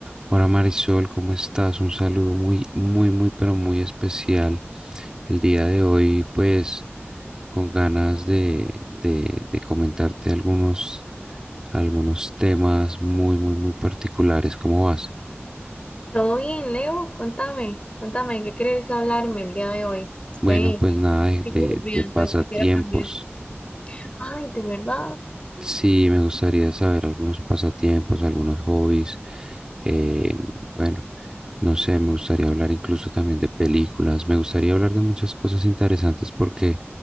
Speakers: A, on the right (about 15°); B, on the left (about 25°).
A: Hola Marisol, ¿cómo estás? Un saludo muy, muy, muy, pero muy especial. El día de hoy, pues, con ganas de, de, de comentarte algunos, algunos temas muy, muy, muy particulares. ¿Cómo vas?
B: Todo bien, Leo, contame, contame, ¿qué querés hablarme el día de hoy? Estoy
A: Bueno, pues nada
B: un
A: de,
B: poquillo
A: de,
B: aburrida,
A: de
B: entonces
A: pasatiempos.
B: quisiera cambiar. Ay, ¿de verdad?
A: Sí, me gustaría saber algunos pasatiempos, algunos hobbies. Eh, bueno, no sé, me gustaría hablar incluso también de películas. Me gustaría hablar de muchas cosas interesantes porque